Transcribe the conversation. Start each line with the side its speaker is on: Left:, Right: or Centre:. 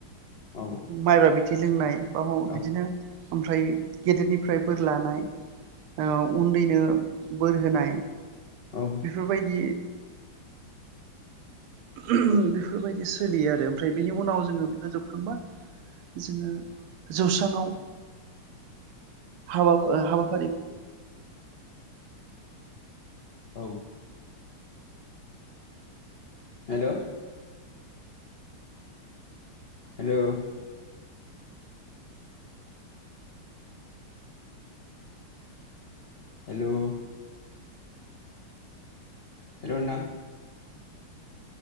Left: औ
Right: माइब्रा बिथै लोंनाय बा
Left: औ
Right: बिदिनो ओमफ्राय गेदेरनिफ्राय बोर लानाय ओ उन्दैनो बोर होनाय
Left: औ
Right: बेफोरबायदि उम बेफोरबायदि सोलियो आरो। ओमफ्राय बिनि उनाव जोङो बे खो जोबखांबा जोङो जौसांआव हाबा ओ हाबाफारि
Left: औ हेल' हेलौ हेल' हेल' नोंथां